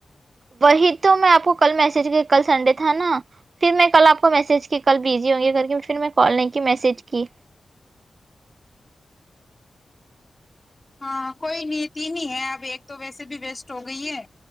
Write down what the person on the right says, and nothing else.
وہی تو میں آپ کو کل میسج کیا کل سنڈے تھا نا پھر میں کل آپ کو میسج کی کل بزی ہوں گی گھر کے پھر میں کال نہیں کی میسج کی